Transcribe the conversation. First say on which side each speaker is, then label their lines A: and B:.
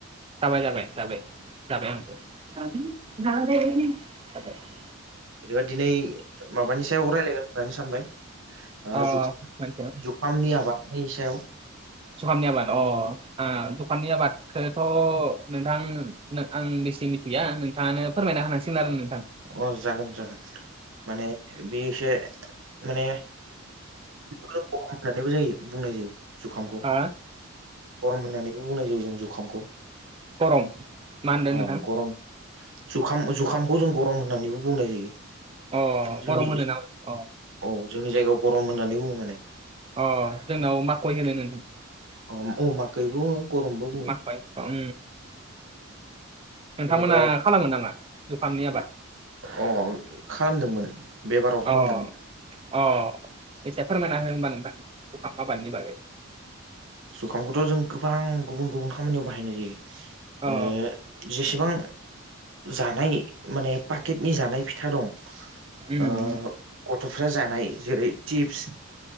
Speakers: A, on the right; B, on the right.
A: जाबाय जाबाय जाबाय जाबाय आंबो <unintelligible>
B: बिदिबा दिनै माबानि सायाव रायज्लायगोन होननानै सानबाय ओ
A: अ
B: जुखा
A: मोनथिया
B: जुखामनि आबादनि सायाव
A: जुखाननि आबाद अ ओ दखाननि आबादखौथ' नोंथां। आं बेसे मिथिया नोंथाङानो फोरमायना होनांसिगोन आरो नोंथां।
B: अ जागोन जागोन माने बे एसे माने गरम होननानैबो जायो बुंनाय जायो जुखामखौ
A: हा
B: गरम होननानैबो बुंनाय जायो जों जुखामखौ
A: खरं मा होनदों
B: अ
A: नोंथां
B: गरम जुखाम जुखामखौ जों गरम होननानैबो बुंनाय जायो
A: अ
B: जोंनि
A: गरम होनो नामा अ
B: औ जोंनि जायगायाव गरम होननानै बुङो माने
A: अ जोंनाव माखय होनो नोंथां
B: ओ अ अमाखै बुङो। गरमबो बुङो
A: माखय ओम नोंथांमोना
B: बेनिफ्राय
A: खालामो नामा जुखामनि आबाद
B: अ खालामदोंमोन बेबाराव
A: अ
B: खालामदोंमोन।
A: अ एसे फोरमायना हो होमबा नोंथां जुखाम आबादनि बागै
B: जुखामखौथ' जों गोबां गुबुन गुबुन खामानियाव बाहायनाय जायो
A: अ
B: ओ जेसेबां जानाय माने पाकेटनि जानाय फिथा दं।
A: उम
B: ओ गथ'फ्रा जानाय जेरै सिप्स